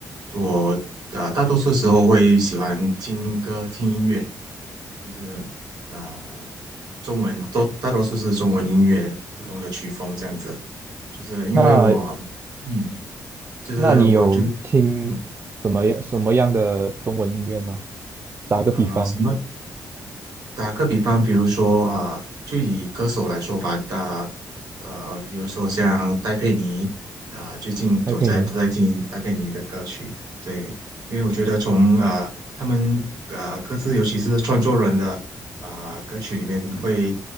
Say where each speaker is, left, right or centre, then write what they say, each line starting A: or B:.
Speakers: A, on the right; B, on the right.
A: 我呃大多数时候会喜欢听歌、听音乐，就是呃中文都大多数是中文音乐，不同的曲风这样子。就是因为我嗯
B: 那
A: 就是我就
B: 那你有听什么样什么样的中文音乐吗？
A: 嗯
B: 打个比方，
A: 啊、什么打个比方，比如说啊、就以歌手来说吧，啊呃，比如说像戴佩妮啊、最近我在都在听戴佩妮的歌曲，
B: 还可以你
A: 对，因为我觉得从啊、他们啊各自，尤其是创作人的啊、歌曲里面会